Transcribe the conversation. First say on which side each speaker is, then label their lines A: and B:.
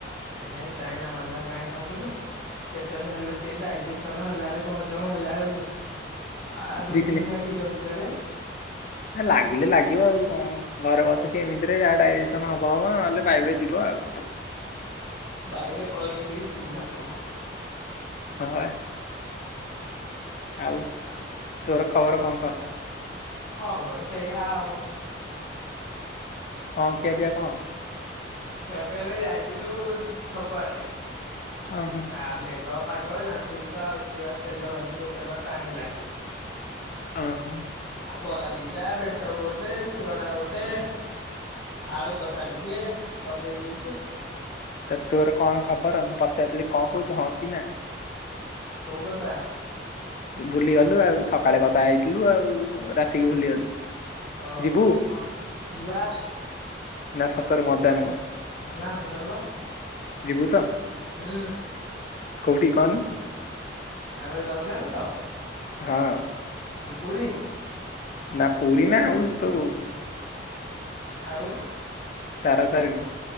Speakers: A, on the left; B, on the left.
A: ହେ ଚାଇନା ମାଲେଟାକୁ କାହିଁ ଖାଉଥିଲୁ। ପେଟରେ ହେଲେ ସିଏ ଡାଇଜେସନ୍ ହେଲା ବେଳକୁ ହଜମ ହେଲା ବେଳକୁ ଆ ଦୁଇ
B: ଦି
A: ଦିନ ଲାଗି ଯାଉଛି କାଳେ?
B: ହେ ଲାଗିଲେ ଲାଗିବ ଆଉ କଣ। ଘରେ ବଶୁଛି ଏମିତିରେ ଯାହା ଡାଇଜେସନ୍ ହବ ହବ ନହେଲେ ବାୟୁରେ ଯିବ ଆଉ।
A: ବାୟୁରେ ପଳେଇଲେ ଟିକେ ସୁବିଧା ହବ।
B: ହଁ ଆତ୍। ଆଉ।
A: ହ
B: ତୋର ଖବର କଣ କ
A: ଖବର ସେୟା ଆଉ।
B: ହଁ ଖିଆ ପିଆ କଣ?
A: କ୍ୟଫେ ଏବେ ଯାଇଥିଲୁ ଛକଆଡେ।
B: ହଁ ହୁଁ।
A: ଆ ମେଘ ପାଗ ଜାଣିଥିବୁ ତ ଆଉ ସେ ତେଲ ଭାଜି ଦୋକାନ ଟାଣିଲା ଖାଲି
B: ଅ ହୋ।
A: ଆଉ ବରା ଦିଟା ବେଟଚପ୍ ଗୋଟେ। ସିଙ୍ଗଡ଼ା ଗୋଟେ ଆଳୁ କଷା ଟିକେ ଦବେଇ ଦେଇଛୁ।
B: ତ ତୋର କଣ ଖବର ମୁଁ ପଚାରଥିଲି କଣ କହୁଛୁ ହଁ କି ନା?
A: କଉ କଥା?
B: ବୁଲିଗଲୁ ଆଉ ସକାଳେ କଥା ହେଇଥିଲୁ ଆଉ ରାତିକି ଭୁଲିଗଲୁ।
A: ଓହୋ
B: ଯିବୁ
A: ହଁ ଯିବା।
B: ନା ସତରେ ମଜା ନୁହ
A: ନା ସତରେ ବା
B: ଯିବୁ ତ?
A: ହୁଁ।
B: କୋଉଠି କହନି?
A: ଆମ ଏ ରଜରେ ତ
B: ହଁ।
A: ଯେ ପୁରୀ
B: ନା ପୁରୀ ନା ଉଲ ତୁ
A: ଆଉ?
B: ତାରାତାରିଣୀ